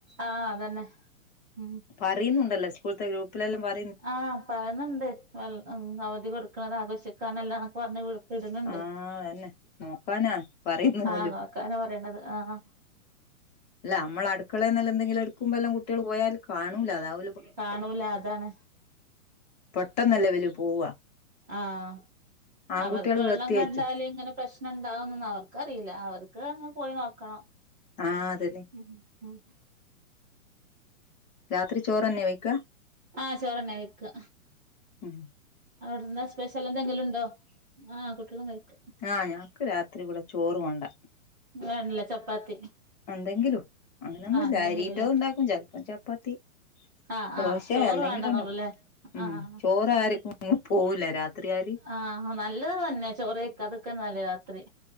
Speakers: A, on the right; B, on the left.
A: ആഹ് അതന്നെ. ഉം.
B: പറീന്നുണ്ടല്ലോ സ്കൂൾത്തെ ഗ്രൂപ്പിലെല്ലാം പാ
A: ആഹ് പറയുന്നുണ്ട് അവധി കൊടുക്കണത് ആഘോഷിക്കാൻ എല്ലാക്കെ പറഞ് വി - വിടുന്നുണ്ട്
B: ആഹ് അതന്നെ നോക്കാനാ പറയുന്നു
A: ആഹ്
B: ഓലും
A: നോക്കാനാ പറയണത് ആഹ്
B: അല്ല നമ്മള് അടുക്കളെ നിന്ന് എന്തെങ്കിലും എടുക്കുമ്പോ എല്ലാം കുട്ടികള് പോയാല് കാണൂല അതാ -
A: കാണൂല അതാണ്
B: പെട്ടെന്നല്ലേ ഇവല് പോവാ
A: ആഹ്
B: ആൺകുട്ടികള്
A: അവർക്ക് വെള്ളം
B: പ്രത്യേകിച്ചും
A: കണ്ടാലും ഇങ്ങനെ പ്രശ്നം ഇണ്ടാവും എന്നൊന്നും അവർക്ക് അറിയില്ല അവർക്ക്- പോയി നോക്കണം
B: ആഹ് അത് തന്നെ
A: ഉം ഉം <unintelligible>
B: രാത്രി ചോറ് തന്നെയാ വെയ്ക്കാ
A: ആഹ് ചോറ് തന്നെ വെയ്ക്കു
B: ഉഹ <unintelligible>
A: അവിടെ എന്താ സ്പേഷ്യല് എന്തെങ്കിലും ഇണ്ടോ ആഹ് കുട്ടികളും കഴിക്കും
B: ആഹ് ഞങ്ങക്ക് രാത്രി ഇവിടെ ചോറ് വേണ്ട
A: വേണ്ട അല്ലേ ചപ്പാത്തി
B: എന്തെങ്കിലും അങ്ങനെയൊന്നുയില്ല
A: ആഹ് എന്തെങ്കിലുംല്ലേ
B: അരിയിട്ടും ഒണ്ടാക്കും ചെലപ്പം ചപ്പാത്തി-
A: ആഹ്
B: ദോശയൊ
A: ആഹ് ചോറ്
B: എന്തെങ്കിലും
A: വേണ്ടന്നള്ളൂല്ലേ
B: ഒണ്ടാക്കും ഉം
A: ആഹ്
B: ചൊ - ഇവിടെ ആർക്കും ഒന്നും പോകില്ല രാത്രിയായാല്
A: ആഹ് ആഹ് നല്ലത് തന്നെ ചോറ് കഴിക്കാതിരിക്കുന്നതാണ് രാത്രി